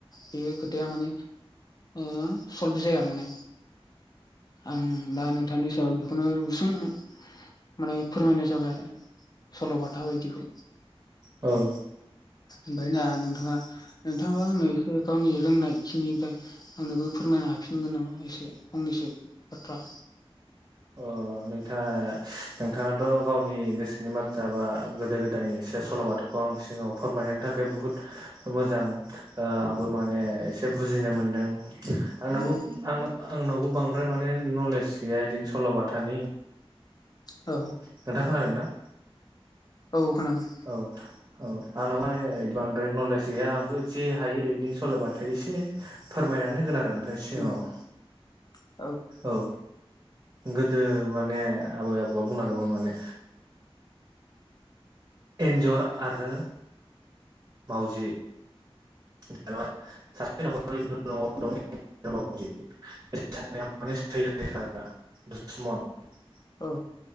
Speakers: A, on the left (about 40°); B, on the right (about 30°).
A: बे खोथाया माने बिदिनो <unintelligible> जाया माने आं दा नों थांनि सायाव बेखौनो गुसुं माने फोरमायनाय जाबाय आरो। सल'बाथा बायदिखौ
B: औ
A: ओमफ्राय ना नोंथाङा नोंथाङाबो आंनो एसे गावनि रोंनाय खिनिनिफ्राय आंनोबो फोरमायनो हाफिनगोन नामा एसे फंनैसो बाथ्रा?
B: अ नोंथाङा नोंथाङाथ' गावनि गोसोनि बाथ्रा बा गोदो गोदायनि सल' बाथाखौ आं सिगाङाव फोरमायहनो थाखाय बुहुत मोजां ओ आंबो माने एसे बुजिनो मोनदों
A: उम
B: आंनावबो आंनाव आंनावबो बांद्राय माने नलेज गैया बिदिनो सल'बाथानि
A: औ
B: नोंथां खोनादों ना?
A: औ खोनादों।
B: औ औ आंनाव माने बांद्राय नलेज गैया आंबो जे हायो ओरैनो सलायबाथाय एसे फोरमायनानै होगोन आरो। नोंनि सिगाङाव
A: उम औ
B: औ। गोदो माने आबै आबौआ बुंलांदोंमोन माने एन्जर आरो मावजि <unintelligible> <unintelligible>
A: औ